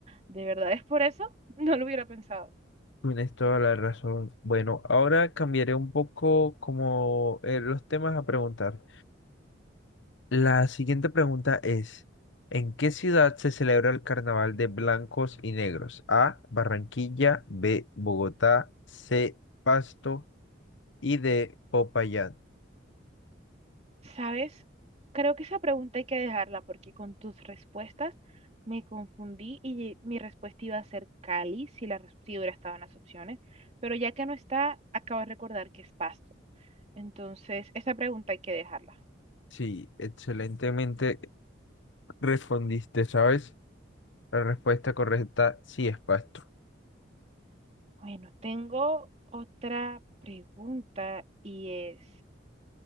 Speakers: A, on the right (about 35°); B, on the left (about 75°).
A: ¿de verdad es por eso? <laughs> No lo hubiera pensado.
B: Tienes toda la razón. Bueno, ahora cambiaré un poco como eh, los temas a preguntar. La siguiente pregunta es, ¿en qué ciudad se celebra el Carnaval de Blancos y Negros? A, Barranquilla, B, Bogotá, C, Pasto y D, Popayán.
A: ¿Sabes? Creo que esa pregunta hay que dejarla porque con tus respuestas me confundí y mi respuesta iba a ser Cali si la res- si hubiera estado en las opciones, pero ya que no está, acabo de recordar que es Pasto. Entonces, esa pregunta hay que dejarla.
B: Sí, excelentemente respondiste, ¿sabes? La respuesta correcta sí es Pasto.
A: Bueno, tengo otra pregunta y es,